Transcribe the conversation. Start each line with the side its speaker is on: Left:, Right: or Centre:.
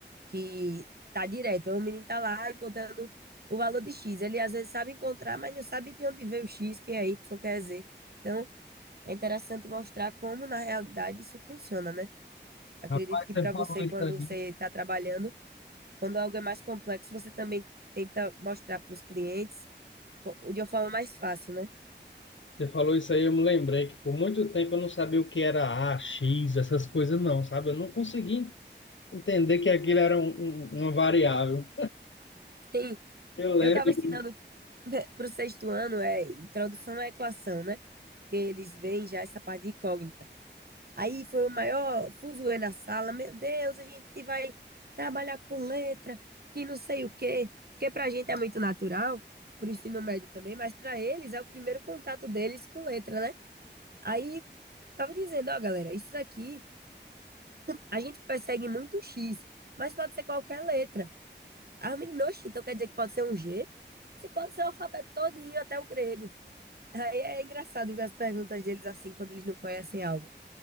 Right: que está direto. O menino está lá encontrando o valor de X. Ele às vezes sabe encontrar, mas não sabe de onde veio o X, que é Y, que é Z. Então, é interessante mostrar como, na realidade, isso funciona, né? Acredito
Left: Rapaz,
Right: que
Left: você
Right: para
Left: falou
Right: você,
Left: isso
Right: quando
Left: aí.
Right: você está trabalhando, quando algo é mais complexo, você também tenta mostrar para os clientes co- de uma forma mais fácil, né?
Left: Você falou isso aí, eu me lembrei que por muito tempo eu não sabia o que era A, X, essas coisas não, sabe? Eu não consegui entender que aquilo era um- um- uma variável.
Right: Sim,
Left: Eu lembro,
Right: eu estava ensinando <laughs> para o sexto ano, é introdução à equação, né? Porque eles veem já essa parte de incógnita. Aí foi o maior fuzuê na sala. Meu Deus, a gente vai trabalhar com letra, que não sei o quê. Porque pra gente é muito natural, pro ensino médio também, mas pra eles é o primeiro contato deles com letra, né? Aí tava dizendo, ó, galera, isso aqui a gente persegue muito X, mas pode ser qualquer letra. Ah, menino, então quer dizer que pode ser um G? Você pode ser o alfabeto todinho, até o grego. Aí é engraçado ver as perguntas deles assim, quando eles não conhecem algo.